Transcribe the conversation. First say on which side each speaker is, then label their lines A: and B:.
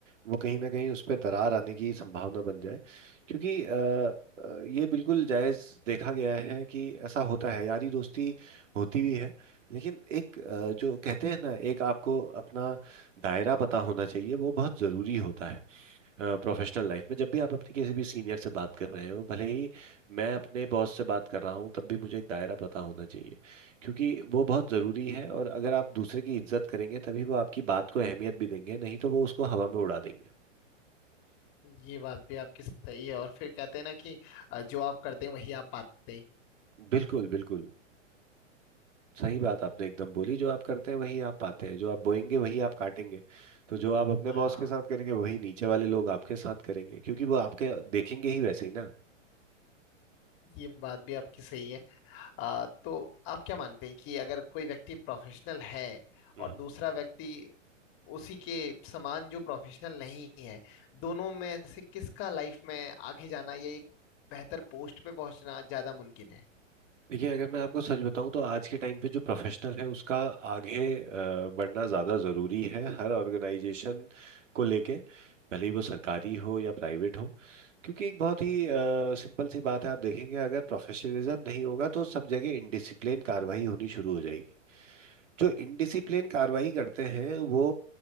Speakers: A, on the right; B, on the left.
A: वो कहीं ना कहीं उस पर दरार आने की संभावना बन जाए क्योंकि अ, अ, ये बिल्कुल जायज देखा गया है कि ऐसा होता है यारी दोस्ती होती भी है लेकिन एक अ, जो कहते हैं ना एक आपको अपना दायरा पता होना चाहिए वो बहुत ज़रूरी होता है प्रोफेशनल लाइफ में जब भी आप अपने किसी भी सीनियर से बात कर रहे हो भले ही मैं अपने बॉस से बात कर रहा हूँ तब भी मुझे एक दायरा पता होना चाहिए क्योंकि वो बहुत ज़रूरी है और अगर आप दूसरे की इज्जत करेंगे तभी वो आपकी बात को अहमियत भी देंगे नहीं तो वो उसको हवा में उड़ा देंगे
B: ये बात भी आपकी सही है और फिर कहते हैं ना कि अ, जो आप करते हैं वही आप पाते हैं
A: बिल्कुल बिल्कुल सही बात आपने एकदम बोली जो आप करते हैं वही आप पाते हैं जो आप बोएंगे वही आप काटेंगे तो जो आप अपने
B: हाँ
A: बॉस के साथ करेंगे वही नीचे वाले लोग आपके साथ करेंगे क्योंकि वो आपके देखेंगे ही वैसे ही
B: ये बात भी आपकी सही है आ, तो आप क्या मानते हैं कि अगर कोई व्यक्ति प्रोफेशनल है
A: ना
B: और दूसरा व्यक्ति उसी के समान जो प्रोफेशनल नहीं है दोनों में से किसका लाइफ में आगे जाना या एक बेहतर पोस्ट पे पहुंचना ज्यादा मुमकिन है
A: देखिए अगर मैं आपको सच बताऊं तो आज के टाइम पे जो प्रोफेशनल है उसका आगे अ, बढ़ना ज़्यादा ज़रूरी है हर ऑर्गेनाइजेशन को लेके भले ही वो सरकारी हो या प्राइवेट हो क्योंकि एक बहुत ही सिंपल सी बात है आप देखेंगे अगर प्रोफेशनलिज्म नहीं होगा तो सब जगह इनडिसिप्लिन कार्रवाई होनी शुरू हो जाएगी जो इनडिसिप्लिन कार्रवाई करते हैं वो